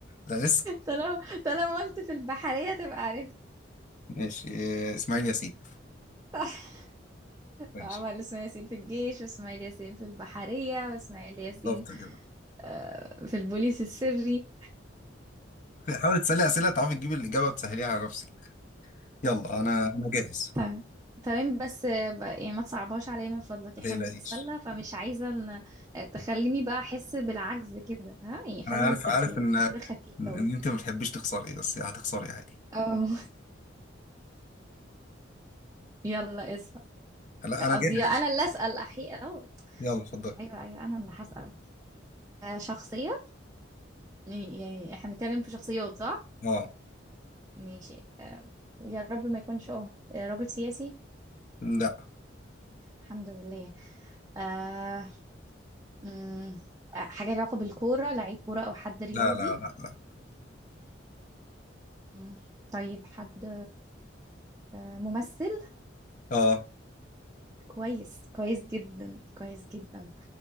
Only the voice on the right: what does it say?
طالما طالما قلت في البحرية تبقى عرفت
<laughs>
عمل اسماعيل ياسين في الجيش واسماعيل ياسين في البحرية واسماعيل ياسين
آه، في البوليس السري
تمام تمام بس آه، ب- يعني ما تصعبهاش عليا من فضلك
احنا
بنتسلى فمش عايزة ن- آه، تخليني بقى احس بالعجز كده ها يعني خلي
تسليتنا
كده خفيفة
و...
اه <laughs> يلا اسأل
لا،
قصدي
انا اللي اسأل احقيقة اه
ايوه ايوه انا اللي هسأل آه، شخصية يعني يعني احنا بنتكلم في شخصيات صح
ماشي آه، يا رب ما يكونش اه راجل سياسي
الحمد لله آه، مم، آه، حاجة لها علاقة بالكورة لعيب كورة أو حد رياضي
مم، طيب حد آه، ممثل
كويس كويس جدا كويس جدا